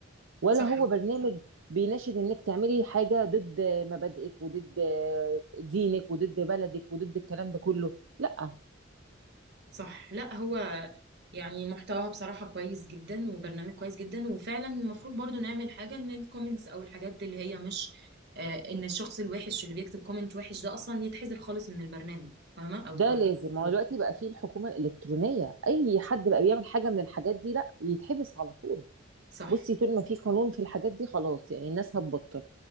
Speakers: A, on the right (about 75°); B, on the right (about 60°).
A: ولا
B: صح
A: هو برنامج بيناشد انك تعملي حاجة ضد مبادئك وضد آه، دينك وضد بلدك وضد الكلام ده كله لا
B: صح لا هو يعني محتواها بصراحة كويس جدا وبرنامج كويس جدا وفعلا المفروض برضو نعمل حاجة ان الكومنتس او الحاجات اللي هي مش آه ان الشخص الوحش اللي بيكتب كومنت وحش ده اصلا يتحذر خالص من البرنامج فاهمة او
A: ده
B: التطبيق
A: لازم هو دلوقتي بقى فيه الحكومة الإلكترونية أي
B: صح
A: حد بقى بيعمل حاجة من الحاجات دي لا يتحبس على طول
B: صح
A: بصي طول ما في قانون في الحاجات دي خلاص يعني الناس هتبطل